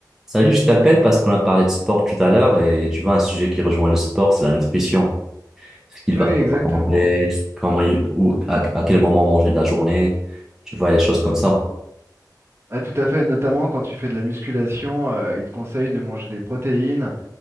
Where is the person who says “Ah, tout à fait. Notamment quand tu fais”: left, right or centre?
Right